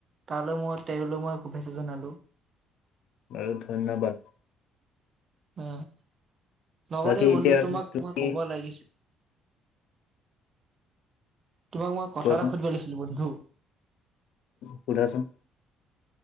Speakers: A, on the right; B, on the left.
A: তালৈ মই তেওলৈ মই শুভেচ্ছা জনালো।
B: বাৰু ধন্যবাদ।
A: অৱ, লগতে
B: বাকী
A: বন্ধু
B: এতিয়া
A: তোমাক
B: তুমি
A: মই ক'ব লাগিছিল। তোমাক মই কথা
B: কোৱাচোন
A: এটা সুধিব লাগিছিল বন্ধু।
B: সুধাচোন।